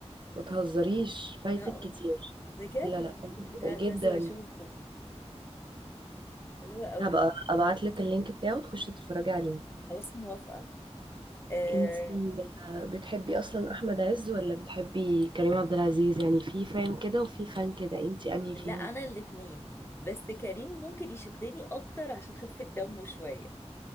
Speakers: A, on the right; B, on the left.
A: ما تهزريش فايتك
B: لا
A: كتير
B: بجد
A: لا لا فايتك
B: لا لازم
A: جدا
B: اشوفه حلو قوي
A: هبقى ابعت لك اللينك بتاعه تخشي تتفرجي عليه
B: خلاص موافقه آه...
A: انتي آه، بتحبي اصلا احمد عز ولا بتحبي كريم عبد العزيز يعني في فان كده وفي فان كده انتي انهي
B: لا
A: فيهم
B: انا الاتنين بس كريم ممكن يشدني اكتر عشان خفة دمه شويه